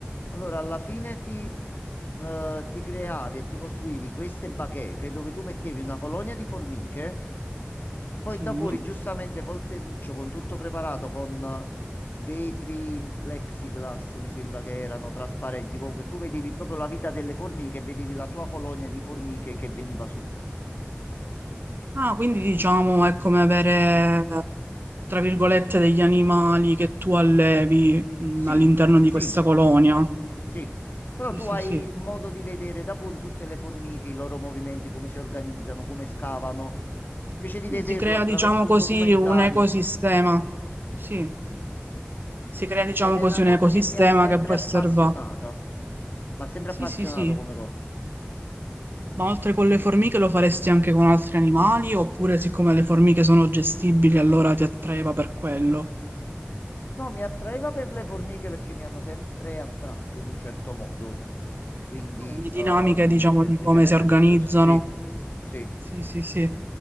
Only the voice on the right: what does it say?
Sì.
Ah, quindi diciamo è come avere, tra virgolette, degli animali che tu allevi mh,
all'interno di
questa colonia.
Sì,
sì,
sì.
Sì,
Si crea,
diciamo così,
un ecosistema. Sì, si crea, diciamo
così,
un ecosistema
che può
osservare.
Sì,
sì, sì.
Ma oltre con le formiche lo faresti anche con altri animali? Oppure siccome le formiche sono gestibili, allora ti attraeva per quello?
Le dinamiche,
diciamo,
di come si organizzano.
Sì, sì, sì.